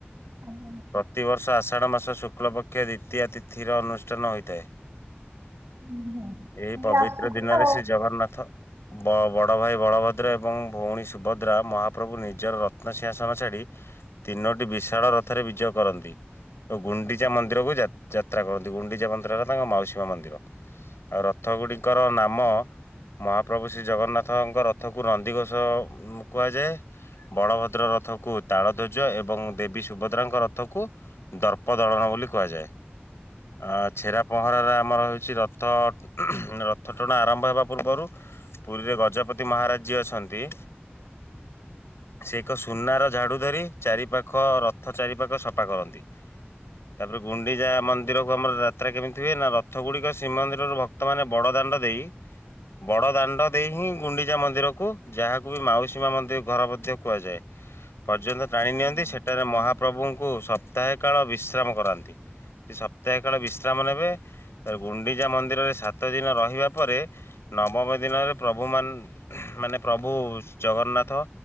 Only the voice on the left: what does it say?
ପ୍ରତିବର୍ଷ ଆଷାଢ଼ ମାସ ଶୁକ୍ଲପକ୍ଷ ଦ୍ୱିତୀୟା ତିଥିରେ ଅନୁଷ୍ଠାନ ହୋଇଥାଏ।
ଏଇ ପବିତ୍ର
ଦିନରେ
ଶ୍ରୀ ଜଗନ୍ନାଥ ବ ବଡ଼ଭାଇ ବଳଭଦ୍ର ଏବଂ ଭଉଣୀ ସୁଭଦ୍ରା, ମହାପ୍ରଭୁ ନିଜର ରତ୍ନସିିଂହାସନ ଛାଡ଼ି ତିନୋଟି ବିଶାଳ ରଥରେ ବିଜେ କରନ୍ତି। ତ ଗୁଣ୍ଡିଚା ମନ୍ଦିରକୁ ଯା ଯାତ୍ରା କରନ୍ତି। ଗୁଣ୍ଡିଚା ମନ୍ଦିରର ତାଙ୍କ ମାଉସୀମା ମନ୍ଦିର। ଅ ରଥ ଗୁଡ଼ିକର ନାମ ମହାପ୍ରଭୁ ଶ୍ରୀ ଜଗନ୍ନାଥଙ୍କର ରଥକୁ ନନ୍ଦିଘୋଷ କୁହାଯାଏ। ବଳଭଦ୍ର ରଥକୁ ତାଳ ଧ୍ୱଜ ଏବଂ ଦେବୀ ସୁଭଦ୍ରାଙ୍କ ରଥକୁ ଦର୍ପ ଦଳନ ବୋଲି କୁହାଯାଏ। ଆ ଛେରା ପହଁରାରେ ଆମର ହେଉଛି ରଥ ରଥ ଟଣା ଆରମ୍ଭ ହେବା ପୂର୍ବରୁ ପୁରୀରେ ଗଜପତି ମହାରାଜ ଯିଏ ଅଛନ୍ତି। ସେ ଏକ ସୁନାର ଝାଡୁ ଧରି ଚାରି ପାଖ ର ଥ ଚାରିପାଖ ସଫା କରନ୍ତି।
ତାପରେ ଗୁଣ୍ଡିଚା ମନ୍ଦିରକୁ ଆମର ଯାତ୍ରା କେମିତି ହୁଏ ନା ରଥଗୁଡ଼ିକ ଶ୍ରୀମନ୍ଦିରରୁ ଭକ୍ତମାନେ ବଡ଼ ଦାଣ୍ଡ ଦେଇ ବଡ ଦାଣ୍ଡ ଦେଇ ହିଁ ଗୁଣ୍ଡିଚା ମନ୍ଦିରକୁ ଯାହାକୁ ବି ମାଉସୀମା ମନ୍ଦିର ଘର ମଧ୍ୟ କୁହାଯାଏ। ପର୍ଯ୍ୟନ୍ତ ଟାଣି
ନିଅନ୍ତି ସେଠାରେ ମହାପ୍ରଭୁଙ୍କୁ ସପ୍ତାହେ କାଳ ବିଶ୍ରାମ କରାନ୍ତି। ସେ ସପ୍ତାହେ କାଳ ବିଶ୍ରାମ ନେବେ ଏ ଗୁଣ୍ଡିଚା ମନ୍ଦିରରେ ସାତ ଦିନ ରହିବା ପରେ ନବମ ଦିନରେ ପ୍ରଭୁମାନ ମାନେ ପ୍ରଭୁ ଜଗନ୍ନାଥ